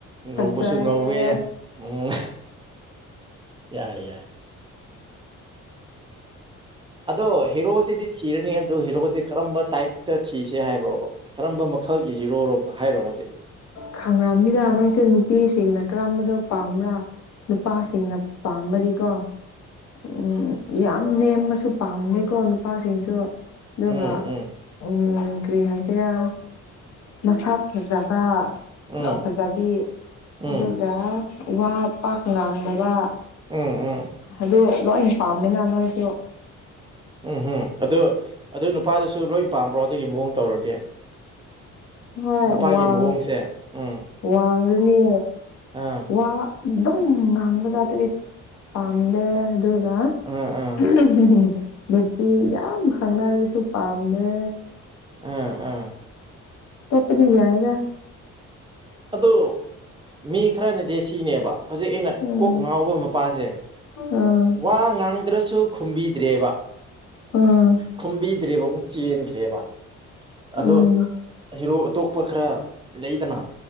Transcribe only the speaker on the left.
ꯐꯖꯩꯌꯦ
ꯈꯥꯡ꯭ꯔꯥꯝ ꯂꯤꯗ ꯅꯪꯁꯨ ꯅꯨꯄꯤꯁꯤꯡꯅ ꯀꯔꯝꯕꯗꯣ ꯄꯥꯝꯕ꯭ꯔꯥ ꯅꯨꯄꯥꯁꯤꯡꯅ ꯄꯥꯝꯕꯗꯤꯀꯣ ꯎꯝ ꯌꯥꯝ ꯅꯦꯝꯕꯁꯨ ꯄꯥꯝꯗꯦꯀꯣ ꯅꯨꯄꯥꯁꯤꯡꯁꯨ꯫ ꯑꯗꯨꯒ
ꯎꯝ ꯀꯔꯤ ꯍꯥꯏꯁꯤꯔꯥ ꯃꯁꯥꯛ ꯐꯖꯕ ꯕꯥ
ꯆꯥꯕꯤ
ꯑꯗꯨꯒ ꯋꯥ ꯄꯥꯛ ꯉꯥꯡꯗꯕ
ꯑꯗꯨ ꯂꯣꯏ ꯄꯥꯝꯃꯤꯅ ꯅꯣꯏꯁꯨ
ꯍꯣꯏ
ꯋꯥꯡ
ꯋꯥꯡꯔꯅꯤ
ꯋꯥ ꯑꯗꯨꯝ ꯉꯥꯡꯕꯖꯥꯠꯗꯨꯗꯤ ꯄꯥꯝꯗꯦ ꯑꯗꯨꯒꯥ
<unintelligible> ꯅꯨꯄꯤ ꯌꯥꯝ ꯈꯪꯅꯔꯁꯨ ꯄꯥꯝꯗꯦ
ꯇꯨꯞꯄꯖꯨ ꯌꯥꯏꯗ
ꯎꯝ
ꯎꯝ
ꯎꯝ
ꯎꯝ